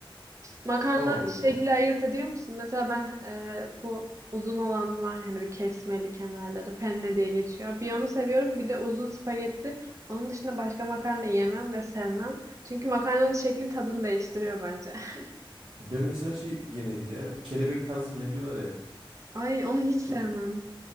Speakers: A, on the right; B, on the right.
A: Makarna
B: Tamamdır o
A: şekli
B: zaman.
A: ayırt ediyor musun? Mesela ben e, bu uzun olan var ya, hani bir kesmeli kenarları penne diye geçiyor. Bir onu seviyorum bir de uzun spagetti. Onun dışında başka makarna yemem ve sevmem. Çünkü makarnanın şekli tadını değiştiriyor bence. <laughs>
B: Ben mesela şey genellikle ya bu kelebek tarzı mı ne diyorlar ya.
A: Ay onu hiç
B: Ke-
A: sevmem.